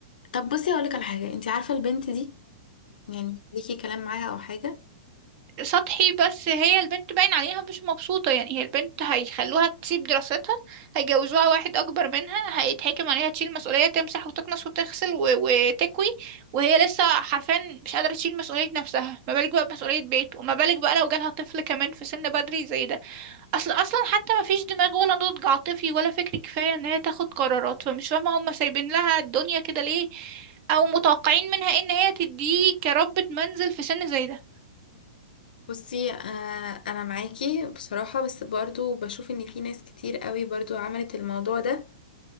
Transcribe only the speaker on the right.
سطحي بس هي البنت باين عليها مش مبسوطة يعني هي البنت هيخلوها تسيب دراستها هيجوزوها واحد أكبر منها هيتحكم عليها تشيل مسؤولية تمسح وتكنس وتغسل و... وتكوي وهي لسه حرفيا مش قادرة تشيل مسؤولية نفسها ما بالك بقى بمسؤولية بيت وما بالك بقى لو جالها طفل كمان في سن بدري زي ده أصل أصلا حتى ما فيش دماغ ولا نضج عاطفي ولا فكري كفاية إن هي تاخد قرارات فمش فاهمة هما سايبين لها الدنيا كده ليه أو متوقعين منها إن هي تديه كربة منزل في سن زي ده